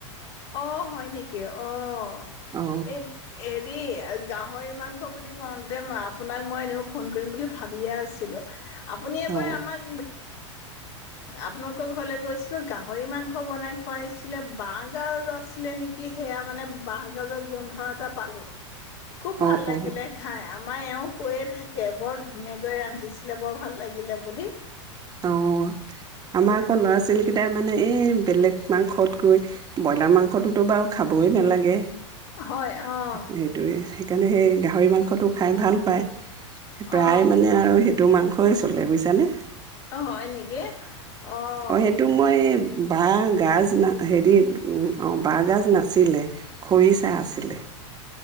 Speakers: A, on the left (about 55°); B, on the right (about 25°).
A: অ' হয় নেকি অ'
B: অ
A: এই হেৰি গাহৰি মাংস বুলি কওঁতেই আপোনাক মই এনেও ফোন কৰিম বুলি ভাবিয়ে আছিলো আপুনি এবাৰ
B: অ
A: আমাক আপোনালোকৰ ঘৰলৈ গৈছিলো গাহৰি মাংস বনাই খুৱাইছিলে বাঘ বাহ গাজ আছিলে নেকি সেয়া মানে বহ গাজৰ গোন্ধ এটা পালো। খুব
B: অ
A: ভাল লাগিলে
B: অ
A: খাই আমাৰ এওঁ কৈয়ে থাকে বৰ ধুনীয়াকৈ ৰান্ধিছিলে বৰ ভাল লাগিলে বুলি।
B: অ' আমাৰ
A: এ
B: আকৌ ল'ৰা ছোৱালী কেইটাৰ মানে এই বেলেগ মাংসতকৈ ব্ৰইলাৰ মাংসটোতো বাৰু খাবই নালাগে
A: হয় আহ
B: সেইটোৱে সেইকাৰণে সেই গাহৰি মাংসটো খাই ভাল পায় প্ৰায়
A: অ
B: মানে আৰু সেই তটো মাংসই চলে বুজছানে
A: আহ হয় নেকি আহ
B: অ', সেইটো মই বাঁহ গাজা হেৰি অ বাঁহগাজ নাছিলে খৰিচা আছিলে